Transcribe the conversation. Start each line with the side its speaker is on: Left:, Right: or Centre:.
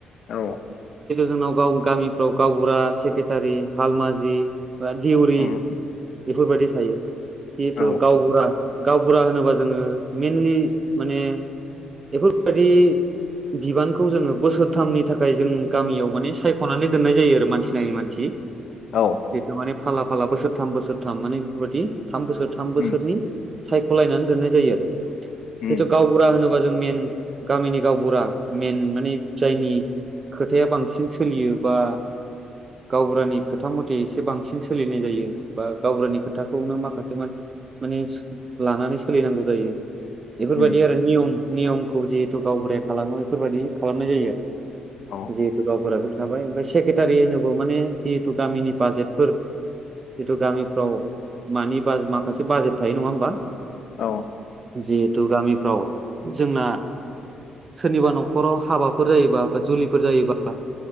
Left: औ
Right: जोंनाव गाव गामिफ्राव गावबुरा सेक्रेटारि हालमाजि दिउरि
Left: उम
Right: बेफोरबायदि थायो जिहेथु
Left: औ
Right: गावबुरा गावबुरा होनोबा जोङो मेइनलि माने बेफोरबायदि बिबानखौ जोङो बोसोरथामनि थाखाय जों गामियाव माने सायख'नानै दोननाय जायो आरो मानसि नायै मानसि जिथु
Left: औ
Right: माने फाला फाला बोसोरथाम बोसोरथाम माने बेफोरबायदि थाम बोसोर थाम बोसोरनि
Left: उम
Right: सायख'लायनानै दोननाय जायो आरो
Left: उम
Right: जिथु गावबुरा होनोबा जों मेन गामिनि गावबुरा मेन माने जायनि खोथाया बांसिन सोलियोबा गावबुरानि खोथा मथे एसे बांसिन सोलिनाय जायो बा गावबुरानि खोथाखौनो माखासे मानसि माने लानानै सोलिनांगौ जायो बेफोरबायदि
Left: उम
Right: आरो नियम नियमखौ जिहेतु गावबुराया खालामो बेफोरबायदि खालामनाय जायो
Left: औ
Right: जिहेथु गावबुरा थाबाय ओमफ्राय सेक्रेटारि होनोबा माने जिहेथु गामिनि बाजेटफोर जिथु गामिफ्राव मानि बा माखासे बाजेट थायो नङा होमबा
Left: औ
Right: जिहेथु गामिफ्राव जोंना सोरनिबा न'खराव हाबाफोर जायोबा बा जुलिफोर जायोबा